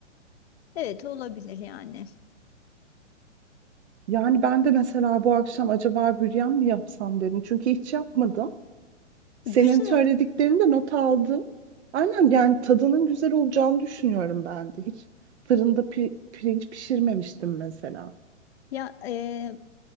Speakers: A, on the left; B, on the right.
A: Evet olabilir yani.
B: Yani ben de mesela bu akşam acaba büryan mı yapsam dedim. Çünkü hiç yapmadım. Senin
A: Güzel.
B: söylediklerini de not aldım. Aynen yani tadının güzel olacağını düşünüyorum ben de. Hiç fırında pi- pirinç pişirmemiştim mesela.
A: Ya e,